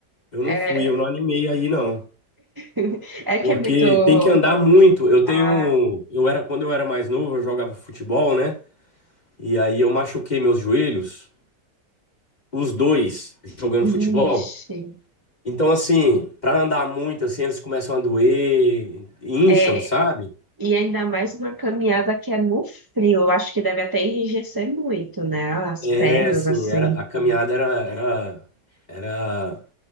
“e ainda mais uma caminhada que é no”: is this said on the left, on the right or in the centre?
Right